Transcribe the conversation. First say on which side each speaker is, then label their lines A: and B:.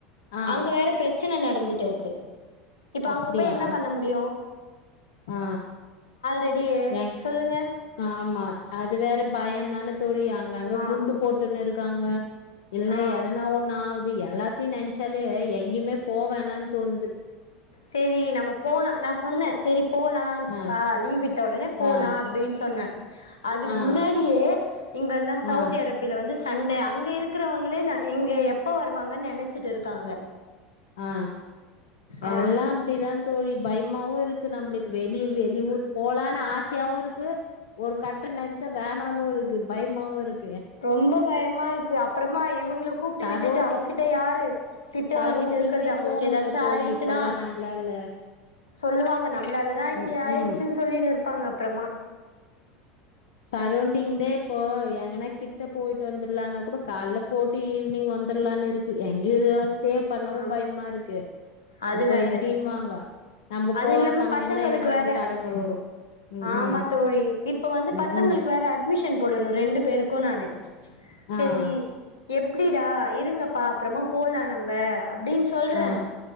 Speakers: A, on the left (about 75°); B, on the left (about 85°).
A: ஆ
B: அங்க வேற பிரச் பிரச்சனை நடந்துட்டு இருக்கு இப்ப
A: அப்டியா
B: அங்க போய் என்ன பண்ண முடியும்
A: ஆ
B: ரெடியே
A: எங்
B: சொல்லுங்க
A: ஆமா அது வேற பயம்தான தோழி அங்க அங்க
B: ஆ
A: குண்டு போட்ட நெரு க்காங்க இல்னா
B: ஆ
A: எத ந ஒன்னாவ்து இது எல்லாத்தையு நெனச்சாலே எங்கயுமேப் போவேனானு தோந்து
B: சரி நம்ம போலா நா சொன்னே சரி போலாம்ப்பா
A: ஆ
B: லீவ் விட்டோ உடனே போலா
A: ஆ
B: அப்டின்னு சொன்ன அதுக்கு
A: ஆ
B: முன்னாடியே இங்கல்லா சவுதி
A: ஆ ஆ
B: அரேபில வந்து ஸ் சண்ட அங்க இருக்கிறவங்களே நா இங்க எப்போ வருவாங்கன்னு நெனச்சிட்டு இருக்காங்க
A: ஆ
B: ஆ
A: எல்லா அப்படிதா தோழி பயமாவு இருக்கு நம்மளுக்கு வெளிய வெளியூர் போலானு ஆசையாவு இருக்கு ஒரு கட்டணன் ச்ச வேணானு இருக்கு பயமாவு இருக்
B: ரொம்ப பயமா இருக்கு அப்புறமா இவங்கள கூப்பிட்டு
A: சரோண்டிங்
B: விட்டுட்டு அவங்ககிட்ட யாரு திட்டு
A: சரோண்டிங்லயே
B: வாங்கிட்டு இருக் கிறது அவங்களுக்கு
A: போ முல்ல
B: ஏதாச்சும
A: தோழி
B: ஆயிடுச்சுன்னா
A: இப்பல்லா நம்ளால
B: சொல்லுவாங்க நம்மளாலதா இப்டி
A: ம்
B: ஆயிடுச்சுன்னு
A: ம்
B: சொல்லின்னு இருப்பாங்க அப்புறமா
A: சரெளண்டிங்லே இப்போ எங்கன்னா கித்த போயிட்டு வந்துலான்னா கூட கால போட்டு ஈவினிங் வந்துரலான்னு இருக்கு எங்யோஸ் டே பண்ணவும்
B: ஆ
A: பயமா இருக்கு
B: அது
A: இப்ப
B: வேற
A: இப்டின்னுவாங்க நம்ம
B: அது
A: போற
B: இல்லாம
A: சமயம்தா
B: பசங்களுக்கு
A: என்ன ஒண்ணு
B: வேற
A: தடங்கள் வரும் உம்
B: ஆமா
A: உம்
B: தோழி இப்ப வந்து
A: உம்
B: பசங்களுக்கு
A: உம்
B: வேற அட்மிஷன் போடணு ரெண்டு பேருக்கு நானு செரி
A: ஆ ஆ
B: எப்டிடா இருங்கப்பா அப்புறமா போலானாம் ம்ப அப்டின்னு சொல்றே
A: ஆ